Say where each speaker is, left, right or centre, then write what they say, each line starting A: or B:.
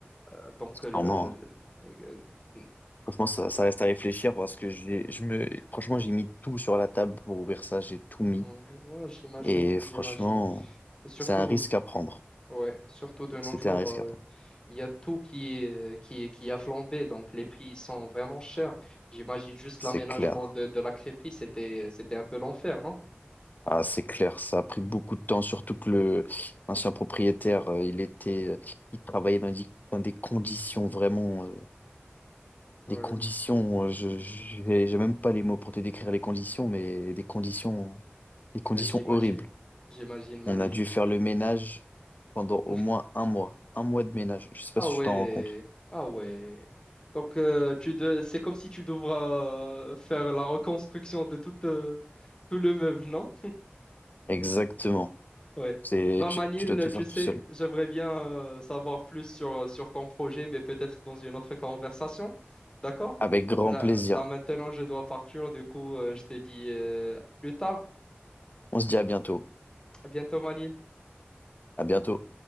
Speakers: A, on the left; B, on the left.
A: Euh, donc, euh, le-
B: Normalement,
A: le-
B: hein.
A: le- euh,
B: Franchement, ça, ça reste à réfléchir parce que j'ai, je me, franchement, j'ai mis tout sur la table pour ouvrir ça, j'ai tout mis.
A: mm, ouais, j'imagine,
B: Et franchement,
A: j'imagine. Surtout,
B: c'est un risque à prendre.
A: ouais, surtout de nos
B: C'était
A: jours.
B: un risque
A: euh,
B: à prendre.
A: il y a tout qui est, qui est- qui a flambé, donc les prix ils sont vraiment chers. J'imagine juste
B: C'est
A: l'aménagement
B: clair.
A: de, de la crêperie, c'était, c'était un peu l'enfer, non?
B: Ah, c'est clair, ça a pris beaucoup de temps, surtout que le l'ancien propriétaire, euh, il était, euh, il travaillait dans des, dans des conditions vraiment, euh,
A: Ouais,
B: des conditions, euh, je, je- j'ai j'ai même pas les mots pour te décrire les conditions, mais des conditions, des conditions
A: j'imagine,
B: horribles.
A: j'imagine Manil.
B: On a dû faire le ménage pendant au
A: <laughs>
B: moins un mois, un mois de ménage. Je sais pas
A: Ah
B: si
A: ouais,
B: tu t'en rends compte.
A: ah ouais. Donc euh, tu de... c'est comme si tu devras euh, faire la reconstruction de tout, euh, tout le meuble, non?
B: Exactement.
A: Ouais.
B: C'est,
A: Bah
B: tu,
A: Manil,
B: tu dois tout faire
A: tu sais,
B: tout seul.
A: j'aimerais bien euh, savoir plus sur, euh, sur ton projet, mais peut-être dans une autre conversation. D'accord?
B: Avec grand
A: Là,
B: plaisir.
A: là maintenant, je dois partir. Du coup, euh, je te dis euh, à plus tard.
B: On se dit à bientôt.
A: À bientôt, Manil.
B: À bientôt.